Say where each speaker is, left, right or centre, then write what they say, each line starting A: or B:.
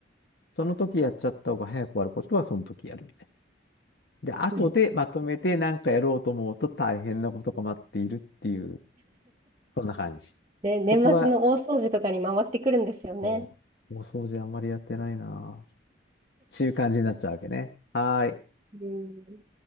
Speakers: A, on the left; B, on the right.
A: その時やっちゃった方が早く終わることは、その時やるみたいな。で、後でまとめて何かやろうと思うと大変なことが待っているっていう、
B: うん
A: そんな感じ。
B: で、年末の大掃除とかに回ってくるんですよね。
A: そこは、そう、お掃除あんまりやってないな。っていう感じになっちゃうわけね。はーい。
B: うん、